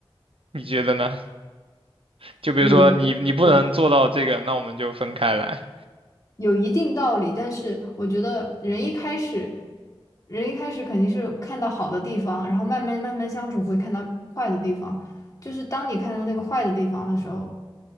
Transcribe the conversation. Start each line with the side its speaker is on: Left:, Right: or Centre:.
Right: 你觉得呢？就比如说你你不能做到这个，
Left: 有一定有
Right: 那我们就分开来。
Left: 有一定道理，但是我觉得人一开始，人一开始肯定是看到好的地方，然后慢慢慢慢相处会看到坏的地方。就是当你看到那个坏的地方的时候，